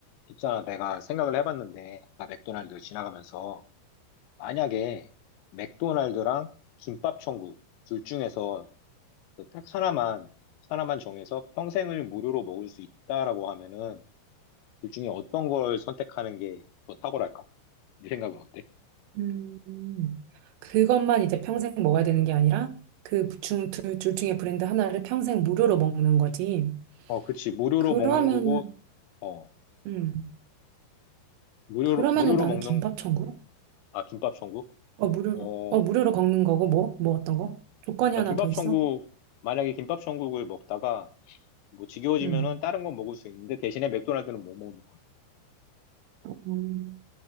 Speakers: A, on the left (about 80°); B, on the right (about 90°).
A: 있잖아, 내가 생각을 해봤는데, 아까 맥도날드 지나가면서, 만약에 맥도날드랑 김밥천국 둘 중에서 그딱 하나만, 하나만 정해서 평생을 무료로 먹을 수 있다라고 하면은, 둘 중에 어떤 걸 선택하는 게 더 탁월할까? 네 생각은 어때?
B: 음, 그것만 이제 평생 먹어야 되는 게 아니라 그 중, 둘, 둘 중에 브랜드 하나를 평생 무료로 먹는 거지.
A: 어, 그치. 무료로
B: 그러면은,
A: 먹는 거고, 어,
B: 음,
A: 무료로,
B: 그러면은
A: 무료로
B: 나는
A: 먹는,
B: 김밥 천국?
A: 아, 김밥천국?
B: 어, 무료로,
A: 어,
B: 어,
A: 어,
B: 무료로 걷는 거고, 뭐? 뭐 어떤 거? 조건이
A: 아,
B: 하나
A: 김밥천국,
B: 더 있어?
A: 만약에 김밥천국을 먹다가, 뭐 지겨워지면은
B: 음.
A: 다른 건 먹을 수 있는데 대신에 맥도날드는 못 먹는
B: 음.